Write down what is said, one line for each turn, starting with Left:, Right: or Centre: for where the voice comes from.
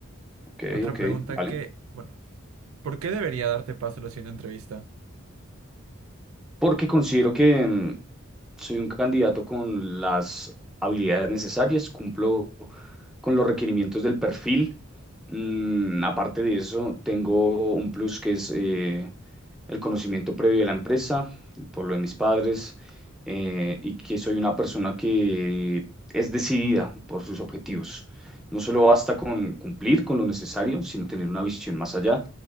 Centre: Ok,
Right: Otra
Centre: ok,
Right: pregunta
Centre: vale.
Right: que, bueno, ¿Por qué debería darte paso a la siguiente entrevista?
Centre: porque considero que mm, soy un candidato con las habilidades necesarias, cumplo con los requerimientos del perfil. Mm, aparte de eso, tengo un plus que es eh, el conocimiento previo de la empresa, por lo de mis padres, eh, y que soy una persona que es decidida por sus objetivos. No solo basta con cumplir con lo necesario, sino tener una visión más allá,